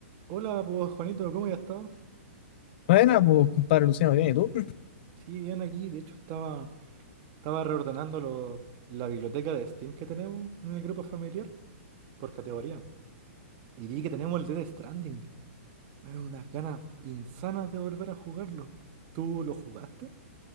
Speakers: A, on the right; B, on the left.
A: Hola, pues Juanito, ¿cómo ya estás?
B: Buena, pues, compadre Luciano, bien, ¿y tú?
A: Sí, bien aquí. De hecho, estaba, estaba reordenando lo- la biblioteca de Steam que tenemos en el grupo familiar por categoría. Y vi que tenemos el Dead Stranding. Me dan unas ganas insanas de volver a jugarlo. ¿Tú lo jugaste?